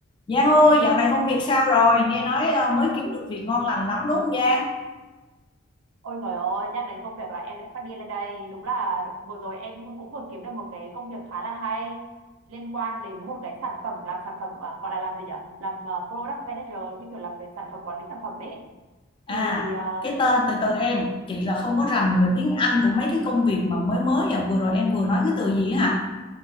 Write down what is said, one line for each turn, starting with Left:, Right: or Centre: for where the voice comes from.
Left: Giang ơi, dạo này công việc sao rồi? Nghe nói ờ, mới kiếm được việc ngon lành lắm đúng không Giang?
Right: Ôi trời ơi, nhắc đến công việc là em lại phát điên lên đây. Đúng là vừa rồi em cũng vừa kiếm được một cái công việc khá là hay liên quan đến một cái sản phẩm làm sản phẩm mà gọi là làm gì nhỉ? Làm ờ, product manager như kiểu làm về sản phẩm quản lý sản phẩm ấy.
Left: À,
Right: Thì ờ,
Left: cái tên từ từ em, chị là không có rành về tiếng Anh của mấy cái công việc mà mới mới và vừa rồi em vừa nói cái từ gì á hả?